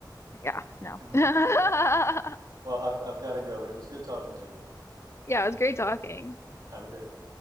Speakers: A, on the left; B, on the right.
A: Yeah, no.
B: <laughs>
A: <laughs>
B: Well, I've I've got to go, but it was good talking to you.
A: Yeah, it was great talking.
B: Have a great day.